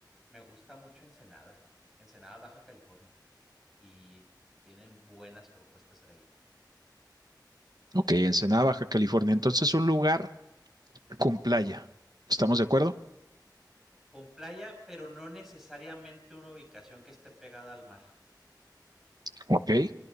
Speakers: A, in the centre; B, on the right.
A: Me gusta mucho Ensenada, Ensenada Baja California, y tienen buenas propuestas ahí.
B: Ok, Ensenada, Baja California. Entonces, un lugar con playa. ¿Estamos de acuerdo?
A: Con playa, pero no necesariamente una ubicación que esté pegada al mar.
B: Ok.